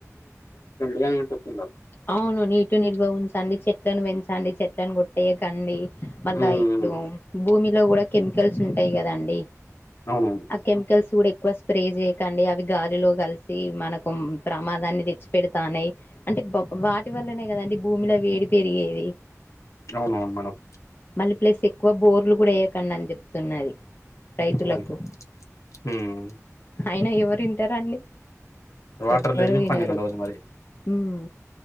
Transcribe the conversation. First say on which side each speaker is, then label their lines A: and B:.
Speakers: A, on the left; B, on the left.
A: <unintelligible>
B: అవును నీటిని నిల్వ ఉంచండి చెట్లను పెంచండి చెట్లను కొట్టేయకండి మళ్ళా
A: ఉమ్,
B: ఇప్పుడు భూమిలో కూడా కెమికల్స్ ఉంటాయి కదండి
A: అవునండి
B: ఆ కెమికల్స్ కూడా ఎక్కువ స్ప్రే చేయకండి అవి గాలిలో కలిసి మనకు ప్రమాదాన్ని తెచ్చు పెడతానయి అంటే వాటి వల్లనే కదండి భూమిలో వేడి పెరిగేది
A: అవునవును మేడమ్
B: మళ్ళీ ప్లస్ ఎక్కువ బోర్లు కూడా వేయ్యకండి అని చెప్తున్నది రైతులకు
A: ఉమ్, ఉమ్.
B: అయిన ఎవరింటారండీ
A: వాటర్
B: ఎవ్వరు
A: లేని
B: వినరు
A: పని నడవదు మరి
B: ఉమ్